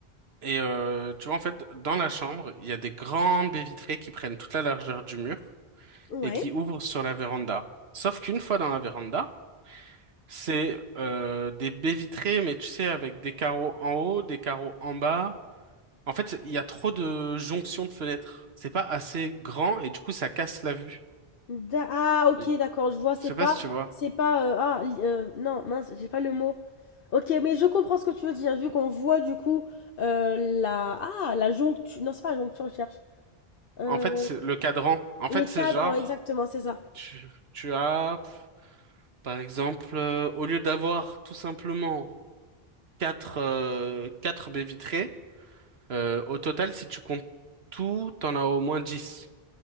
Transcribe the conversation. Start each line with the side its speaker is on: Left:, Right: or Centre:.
Right: et euh, tu vois en fait dans la chambre il y a des grandes baies vitrées qui prennent toute la largeur du mur
Left: Ouais.
Right: et qui ouvrent sur la véranda. Sauf qu'une fois dans la véranda, c'est euh, des baies vitrées mais tu sais avec des carreaux en haut, des carreaux en bas. En fait il y a trop de jonctions de fenêtres. C'est pas assez grand et du coup ça casse la vue.
Left: Da- ah, ok,
Right: Et-
Left: d'accord, je vois, c'est
Right: Je sais
Left: pas,
Right: pas si tu vois.
Left: c'est pas, euh, ah, li- euh, non, mince, j'ai pas le mot. Ok, mais je comprends ce que tu veux dire, vu qu'on voit du coup euh, la, ah, la joncture, non, c'est pas la joncture, je cherche. Euh,
Right: En fait c'est le cadran. En
Left: le
Right: fait
Left: cadre,
Right: c'est genre
Left: exactement, c'est ça.
Right: tu, tu as Par exemple, euh, au lieu d'avoir tout simplement quatre euh, quatre baies vitrées, euh, au total, si tu comptes tout, t'en as au moins 10.